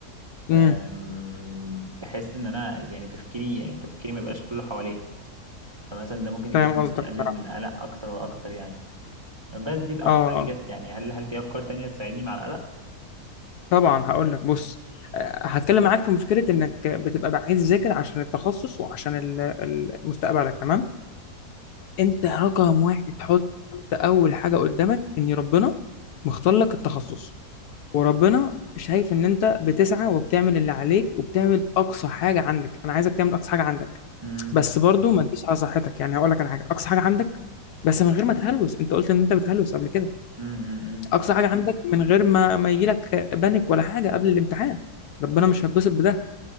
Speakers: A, on the left; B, on the right.
A: امم
B: أم، بحس ان انا يعني تفكيري يعني تفكيري ما يبقاش كله حواليها فمثلا ده ممكن يكون
A: فاهم قصدك
B: يقلل
A: بصراحه
B: من القلق اكتر واكتر يعني بس دي الافكار
A: اه
B: اللي جت يعني هل هل في افكار تانية تساعدني مع القلق
A: طبعا هقول لك بص آه، هتكلم معاك في مشكله انك بتبقى عايز تذاكر عشان التخصص وعشان ال- ال- مستقبلك تمام انت رقم واحد حط اول حاجه قدامك ان ربنا مختار لك التخصص وربنا شايف ان انت بتسعى وبتعمل اللي عليك وبتعمل اقصى حاجه عندك انا عايزك تعمل اقصى حاجه عندك
B: امم
A: بس برضو ما تجيش على صحتك يعني هقول لك على حاجه اقصى حاجه عندك بس من غير ما تهلوس انت قلت ان انت بتهلوس قبل كده
B: امم
A: اقصى حاجه عندك من غير ما ما يجيلك بانيك ولا حاجه قبل الامتحان ربنا مش هيتبسط بده